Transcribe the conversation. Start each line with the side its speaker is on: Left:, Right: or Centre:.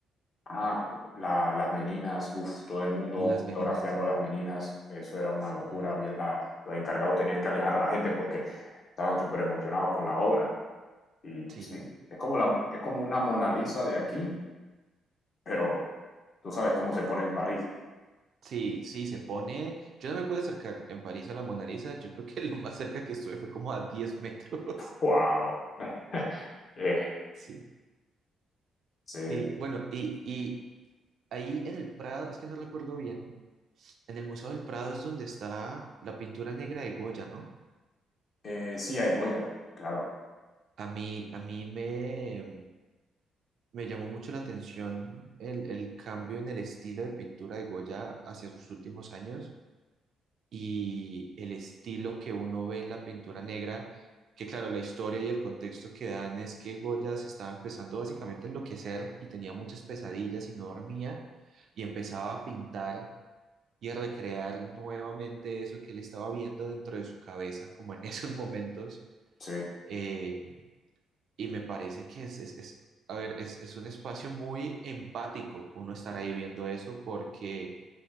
Left: ah, la- las meninas, uf todo el mundo
Right: Las
Left: fotografiando
Right: meninas.
Left: las meninas, eso era una
Right: Sí,
Left: locura. Bien, la- los encargados tenían que alejar a la gente porque estaban súper emocionados con la obra. Y
Right: sí,
Left: sí, es como, la, es como una Mona Lisa de aquí, pero tú sabes cómo se pone en París.
Right: sí, sí, se pone. Yo no me pude acercar en París a la Mona Lisa. Yo creo que <laughs> lo más cerca que estuve fue como a 10 metros.
Left: ¡Wow!
Right: <laughs>
Left: <laughs> Eh,
Right: Sí.
Left: sí,
Right: Y bueno, y, y ahí en el Prado, es que no recuerdo bien, en el Museo del Prado es donde está la pintura negra de Goya, ¿no?
Left: Eh, sí, hay Goya, claro,
Right: A mí, a mí me, Me llamó mucho la atención el, el cambio en el estilo de pintura de Goya hacia sus últimos años y el estilo que uno ve en la pintura negra, que claro, la historia y el contexto que dan es que Goya se estaba empezando básicamente a enloquecer y tenía muchas pesadillas y no dormía y empezaba a pintar y a recrear nuevamente eso que él estaba viendo dentro de su cabeza, como en <laughs> esos momentos.
Left: sí,
Right: Eh, y me parece que es, es, es- a ver, es, es un espacio muy empático uno estar ahí viendo eso porque